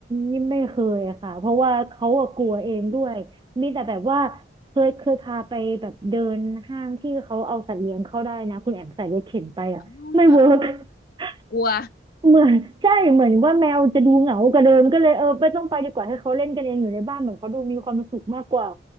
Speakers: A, on the right (about 25°); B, on the left (about 50°).
A: นี่ไม่เคยอะค่ะเพราะว่าเขาอะกลัวเองด้วย มีแต่แบบว่าเคยเคยพาไปแบบเดินห้างที่เขาเอาสัตว์เลี้ยงเข้าได้นะคุณแอมใส่รถเข็นไปอะไม่เวิร์ก
B: อา
A: <laughs>
B: กลัว
A: เหมือนใช่เหมือนว่าแมวจะดูเหงากว่าเดิมก็เลยเออไม่ต้องไปดีกว่าให้เขาเล่นกันเองอยู่ในบ้านเหมือนเขาดูมีความสุขมากกว่า